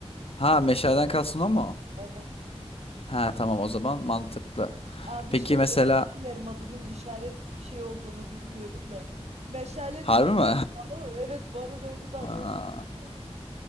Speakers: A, on the left (about 60°); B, on the right (about 75°).
A: Ha meşaleden kalsın o mu?
B: Evet.
A: Ha tamam o zaman mantıklı.
B: Aa bir
A: Peki
B: şey
A: mesela
B: dilerim adının işaret fişeği olduğunu bilmiyordum da. Meşale
A: harbi
B: dedim.
A: mi?
B: Ama evet bu arada öyle bir adı
A: <laughs> Aa,
B: olduğunu bilmiyordum.